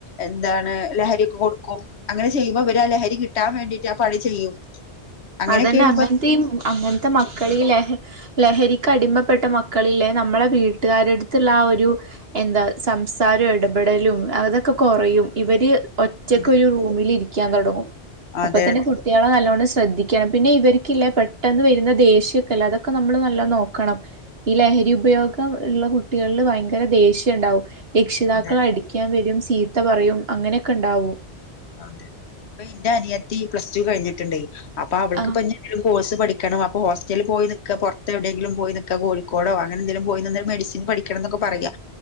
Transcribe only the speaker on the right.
അതന്നെ അങ്ങനത്തെഈ
അങ്ങനത്തെ മക്കള ലഹ ലഹരിക്ക അടിമപ്പെട്ട മക്കളില്ലേ നമ്മളെ വീട്ടുകാരുടുത്തുള്ള ആ ഒരു എന്താ സംസാരവും ഇടപെടലും അതൊക്കെ കുറയും ഇവര് ഒറ്റക്ക്
ഒരു റൂമിലിരിക്കും ക്കാൻ തൊടങ്ങും
അപ്പൊ തന്നെ കുട്ടികളെ നല്ലോണം ശ്രദ്ധി... ശ്രദ്ധി ണം പിന്നെ ഇവർക്കല്ലേ പെട്ടെന്ന് വരുന്ന ദേഷ്യൊക്കെല്ല അതൊക്കെ നമ്മള് നല്ലോ നോക്കണം ഈ ലഹരി ഉപയോഗം ഉള്ള കുട്ടികളില് ഭയങ്കര ദേഷ്യം ഉണ്ടാവും രക്ഷിതാക്കൾ
അടിക്കാൻ വരും ചീത്ത പറയും അങ്ങനെയൊക്കെ ഉണ്ടാവും
ആഹ്